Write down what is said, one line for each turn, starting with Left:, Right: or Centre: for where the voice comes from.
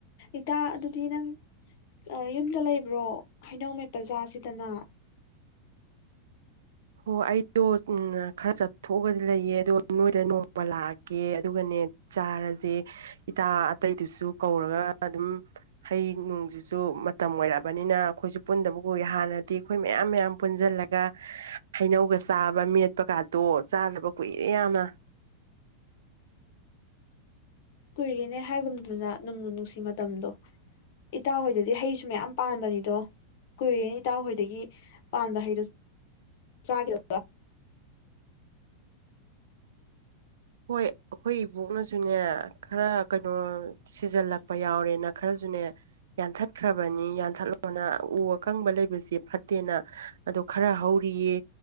Left: ꯏꯇꯥ ꯑꯗꯨꯗꯤ ꯅꯪ ꯌꯨꯝꯗ ꯂꯩꯕ꯭ꯔꯣ ꯍꯩꯅꯧꯃ‌ꯦꯠꯄ‌ ꯆꯥꯁꯤꯗꯅ
Right: ꯍꯣ ꯑꯩꯗꯣ ꯈꯔ ꯆꯠꯊꯣꯛꯑꯒꯗꯤ ꯂꯩꯌꯦ ꯑꯗꯣ ꯅꯣꯏꯗ ꯅꯣꯡꯃ ꯂꯥꯛꯑꯒꯦ ꯑꯗꯨꯒꯅꯦ ꯆꯥꯔꯁꯦ ꯏꯇꯥ ꯑꯇꯩꯗꯨꯁꯨ ꯀꯧꯔꯒ ꯑꯗꯨꯝ ꯍꯩ ꯅꯨꯡꯁꯤꯁꯨ ꯃꯇꯝ ꯑꯣꯏꯔꯛꯑꯕꯅꯤꯅ ꯑꯩꯈꯣꯏꯁꯨ ꯄꯨꯟꯗꯕ ꯎꯏ ꯍꯥꯟꯅꯗꯤ ꯑꯩꯈꯣꯏ ꯃꯌꯥꯝ ꯃꯌꯥꯝ ꯄꯨꯟꯁꯤꯜꯂꯒ ꯍꯩꯅꯧꯒ ꯆꯥꯕ ꯃꯦꯠꯄꯀꯥꯇꯣ ꯆꯥꯗꯕ ꯀꯨꯏꯔꯦ ꯌꯥꯝꯅ
Left: ꯀꯨꯏꯔ‌ꯦꯅꯦ ꯍꯥꯏꯒꯨꯝꯗꯅ ꯅꯨꯡꯕꯨ ꯅꯨꯡꯁꯤ ꯃꯇꯝꯗꯣ ꯏꯇꯥ ꯍꯣꯏꯗꯨꯗꯤ ꯍꯩꯁꯨ ꯃꯌꯥꯝ ꯄꯥꯟꯕꯅꯤꯗꯣ ꯀꯨꯏꯔꯦꯅ‌ꯦ ꯏꯇꯥꯎꯍꯣꯏꯗꯒꯤ ꯄꯥꯟꯕ ꯍꯩꯗꯣꯥ ꯆꯒꯤꯗꯕ
Right: ꯍꯣꯏ ꯑꯩꯈꯣꯏ ꯏꯕꯣꯛꯅꯁꯨꯅꯦ ꯈꯔ ꯀꯩꯅꯣ ꯁꯤꯖꯜꯂꯛꯄ ꯌꯥꯎꯔꯦꯅ ꯈꯔꯁꯨꯅꯦ ꯌꯥꯟꯊꯠꯈ꯭ꯔꯕꯅꯤ ꯌꯥꯟꯊꯠꯂꯣꯅ ꯎ ꯑꯀꯪꯕ ꯂꯩꯕꯁꯦ ꯐꯠꯇꯦꯅ ꯑꯗꯣ ꯈꯔ ꯍꯧꯔꯤꯌꯦ